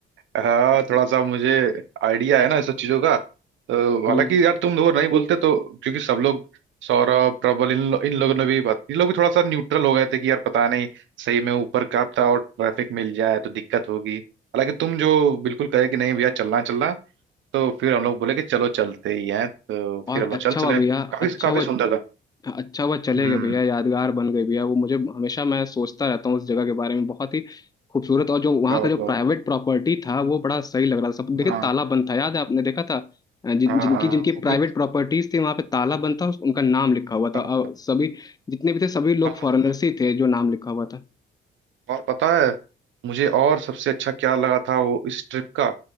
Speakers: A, on the right; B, on the left.
A: हाँ थोड़ा सा मुझे आइडिया है ना इस सब चीजों का तो हालांकि
B: हम्म
A: यार तुम लोग नहीं बोलते तो क्योंकि सब लोग सौरभ प्रबल इन लो, इन लोगों ने भी बात इन लोग भी थोड़ा सा न्यूट्रल हो गए थे कि यार पता नहीं सही में ऊपर का था और ट्रैफिक मिल जाए तो दिक्कत होगी हालांकि तुम जो बिल्कुल कहे कि नहीं भैया चलना चलना तो फिर हम लोग बोले कि चलो चलते ही हैं तो
B: और
A: फिर हम लोग
B: अच्छा
A: चल चले
B: हुआ भैया
A: काफी
B: अच्छा
A: काफी
B: हुआ
A: सुंदर था
B: अच्छा हुआ चले
A: हम्म
B: गए भैया यादगार बन गए भैया वो मुझे हमेशा मैं सोचता रहता हूँ उस जगह के बारे में बहुत ही खूबसूरत और जो वहाँ
A: बहुत
B: का जो
A: बहुत
B: प्राइवेट प्रॉपर्टी था वो बड़ा सही लग रहा था सब देखिए
A: हाँ
B: ताला बंद था याद है आपने देखा था जिन
A: हाँ
B: जिनकी
A: हाँ
B: जिनकी
A: वो
B: प्राइवेट
A: कोई
B: प्रॉपर्टीज थी वहाँ पे ताला बंद था उस- उनका नाम लिखा हुआ था
A: हाँ
B: और सभी जितने भी थे सभी लोग
A: हाँ,
B: फॉरेनर्स
A: हाँ,
B: ही थे जो नाम लिखा हुआ था
A: और पता है मुझे और सबसे अच्छा क्या लगा था वो इस ट्रिप का